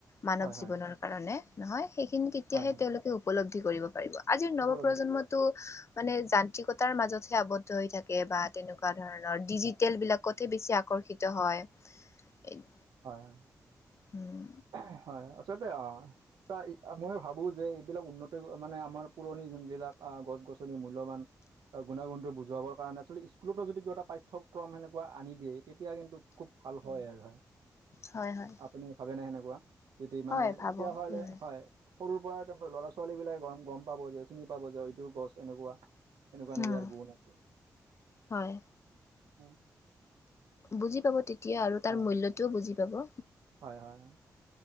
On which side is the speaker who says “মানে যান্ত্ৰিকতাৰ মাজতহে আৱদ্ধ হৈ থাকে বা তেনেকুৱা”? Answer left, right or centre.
Left